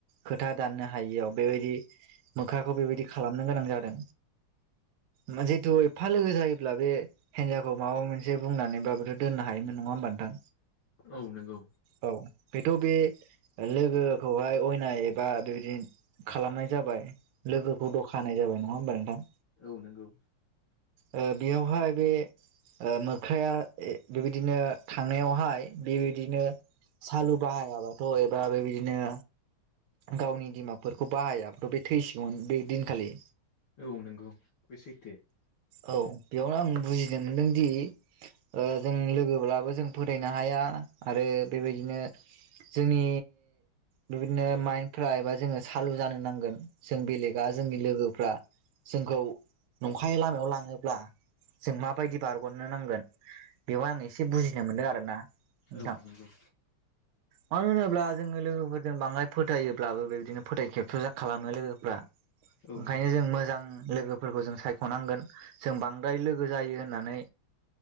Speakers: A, on the right (about 80°); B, on the left (about 80°).
A: खोथा दाननो हायियाव बेबायदि मोखाखौ बेबायदि खालामनो गोनां जादों। मा जिहेथु एफा लोगो जायोब्ला बे हेजावखौ माबा मोनसे बुंनानैबाबोथ' दोननो हायोमोन। नङा होमबा नोंथां?
B: औ नोंगौ।
A: औ बेथ' बे लोगोखौहाय अयनाय एबा बेबायदि खालामनाय जाबाय लोगोखौ दखा होनाय जाबाय। नङा होमबा नोंथां?
B: औ नोंगौ।
A: ओ बेयावहाय बे ओ मोख्राया ए बेबायदिनो थांनायावहाय बे दिनो सालु बाहायाबाथ' एबा बेबायदिनो गावनि दिमागफोरखौ बाहायाथ' बे थैसिग'मोन बे दिनखालि।
B: औ नोंगौ बे सैथो।
A: औ बेयावनो आं बुजिनो मोनदों दि ओ जों लोगोब्लाबो जों फोथायनो हाया आरो बेबायदिनो जोंनि बेबायदिनो माइन्दफ्रा एबा जोङो सालु जानो नांगोन जों बेलेगा जोंनि लोगोफ्रा जोंखौ नंखाय लामायाव लांङोब्ला जों माबायदि बारग'नो नांगोन बेवा आं एसे बुजिनो मोनदों आरोना। नोंथां
B: औ नोंगौ।
A: मानो होनोब्ला जोङो लोगोफोरजों बांद्राय फोथायायोब्लाबो बेबायदिनो फोथाय खेबस' जा खालामो लोगोफ्रा।
B: औ
A: ओंखायनो
B: नंगौ
A: जों मोजां लोगोफोरखौ जों सायख'नांगोन। जों बांद्राय लोगो जायो होननानै